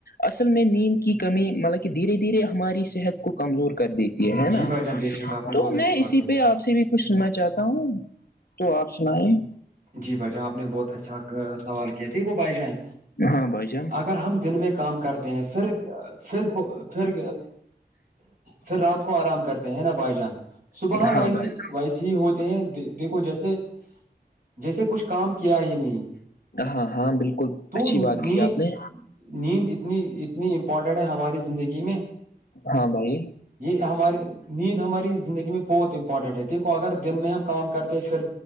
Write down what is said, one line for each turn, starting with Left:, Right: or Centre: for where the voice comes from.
Left: اصل میں نیند کی کمی مطلب کہ دھیرے دھیرے ہماری صحت کو کمزور کر دیتی یہ ہے
Right: جی
Left: نا
Right: بھائی جان بے شک آپ نے
Left: تو
Right: بہت اچھی
Left: میں اسی
Right: بات کہی
Left: پہ آپ سے بھی کچھ سننا چاہتا ہوں تو آپ سنائیں
Right: جی بھائی جان آپ نے بہت اچھا سوال کیا دیکھو بھائی جان
Left: ہاں بھائی جان
Right: اگر ہم دن میں کام کرتے ہیں پھرھر پھر پھر رات کو آرام کرتے ہیں نا بھائی جان صبح ویسی
Left: ہاں بھائی
Right: ویسے ہی ہوتے ہیں دیکھو جیسے جیسے کچھ کام کیا ہی نہیں
Left: ہاں ہاں بالکل
Right: تو
Left: اچھی
Right: نیند
Left: بات کی آپ نے
Right: نیند اتنی اتنی امپورٹینٹ ہے ہماری زندگی میں
Left: ہاں بھائی
Right: یہ ہماری نیند ہماری زندگی میں بہت پٹٹ ہے دیکھو اگر دن میں ہم کام کرتے ہیں پھر